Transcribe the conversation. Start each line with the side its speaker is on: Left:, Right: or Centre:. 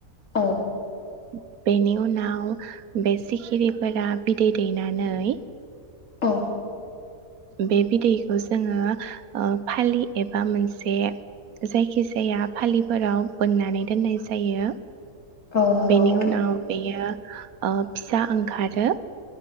Left: औ
Right: <inaudible> बेनि उनाव बे सिखिरिफोरा बिदै दैनानै
Left: औ
Right: बे बिदैखौ जोङो फालि एबा मोनसे जायखि जाया फालिफोराव बोननानै दोननाय जायो।
Left: औ नंगौ
Right: बेनियाव
Left: नोंथां
Right: बेयो फिसा ओंखारो